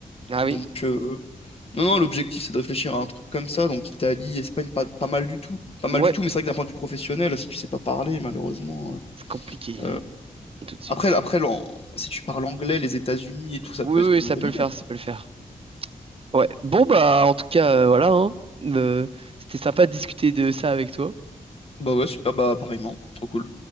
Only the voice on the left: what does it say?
Donc,
euh, non, non, l'objectif, c'est de réfléchir à un truc comme ça. Donc, Italie, Espagne, pas, pas mal du tout. Pas
mal du tout, mais c'est vrai que d'un point de vue professionnel, si tu sais pas parler, malheureusement.
euh,
euh,
Après, après l'an- si tu parles anglais, les États-Unis et tout, ça
peut être
une
bonne
idée.
Bah ouais, super, bah pareillement. Trop cool.